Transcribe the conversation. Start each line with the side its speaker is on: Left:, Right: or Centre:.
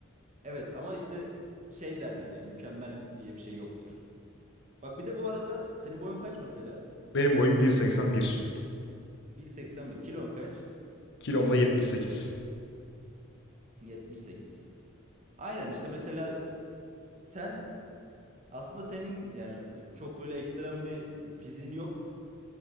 Right: Evet ama işte şey derler ya mükemmel diye bir şey yoktur. Bak bir de bu arada senin boyun kaç mesela?
Left: Benim boyum 1.81.
Right: 1.81 kilon kaç?
Left: Kilom da 78.
Right: 78. Aynen işte mesela s- sen aslında senin yani çok böyle ekstrem bir fiziğin yok